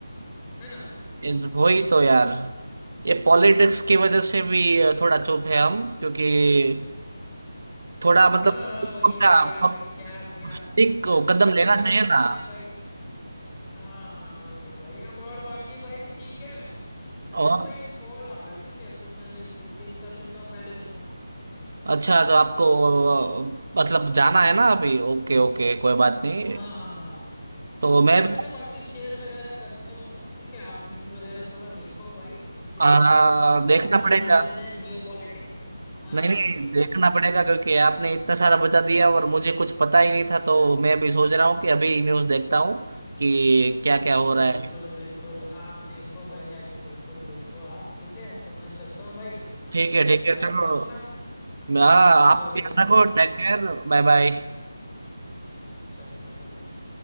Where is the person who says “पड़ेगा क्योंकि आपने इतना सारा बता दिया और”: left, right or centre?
Right